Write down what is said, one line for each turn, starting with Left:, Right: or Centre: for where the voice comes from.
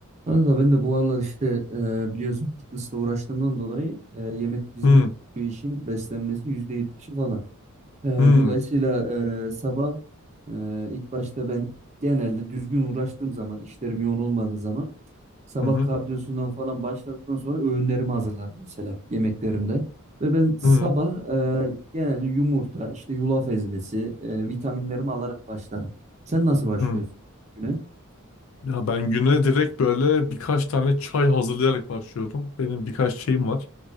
Right: Kanka ben de bu aralar işte e, biliyorsun fitnessle uğraştığımdan dolayı e, yemek bizim
Left: Hı
Right: bu işin beslenmesi yüzde yetmişi falan. E,
Left: hı
Right: dolayısıyla e, sabah e, ilk başta ben genelde düzgün uğraştığım zaman işlerim yoğun olmadığı zaman sabah
Left: hı hı
Right: kardiyosundan falan başladıktan sonra öğünlerimi hazırlarım mesela yemeklerimde. Ve ben sabah
Left: hı.
Right: e, genelde yumurta işte yulaf ezmesi e, vitaminlerimi alarak başlarım. Sen nasıl başlıyorsun
Left: hı.
Right: güne?
Left: Ya ben güne direkt böyle birkaç tane çay hazırlayarak başlıyorum. Benim birkaç şeyim var.